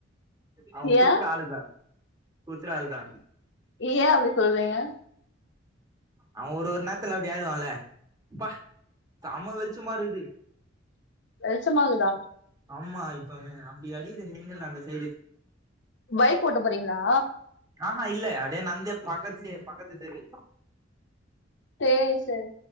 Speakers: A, on the right (about 20°); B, on the left (about 65°).
A: அவ குத்தற
B: ஏன்
A: ஆளுதா குத்துற ஆள்தா
B: ஏ அப்டி சொல்றீங்க
A: அவ ஒரு ஒரு நேரத்துல அப்டி ஆய்டுவான்ல அப்பா சம வெளிச்சமா இருக்குது
B: வெளிச்சமா இருக்குதா
A: ஆமா இப்ப அப்டி அடிக்குது மின்னல் அந்த சைடு
B: பைக் ஓட்ட போறீங்களா
A: ஆஹா இல்ல அப்டே நடந்தே பக்கத்துலயே பக்கத்து தெரு
B: செரி செரி